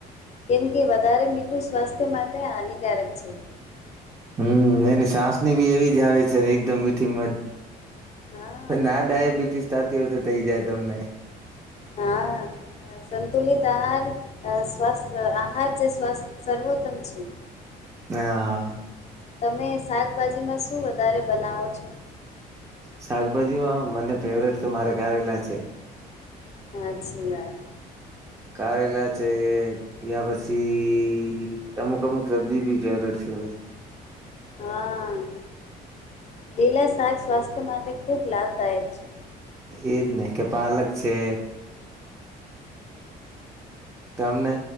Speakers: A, on the left; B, on the right.
A: કેમ કે વધારે મીઠું સ્વાસ્થ્ય માટે હાનિકારક છે
B: હમ્મ એની સાસની બી એવી જ આવે છે એકદમ મીઠી મધ
A: હા
B: ના ડાયાબિટીસ
A: કેમ
B: થતી હોય તો થઈ જાય તમને
A: હા સંતુલિત આહાર અ સ્વાસ્થ આહાર જે સ્વાસ્થ સર્વોત્તમ છે
B: હા
A: તમે શાકભાજીમાં શું વધારે બનાવો છો
B: શાકભાજી માં મને ફેવરેટ તો મારે કારેલા છે
A: હાછી વાત
B: કરેલા છેે એ યા પછી અમુક અમુક સબ્જી બી ફેવરેટ છે ભ
A: હા લીલા શાક સ્વાસ્થ્ય માટે ખુબ લાભદાયક છે
B: એજ ને કે પાલક છે તેમને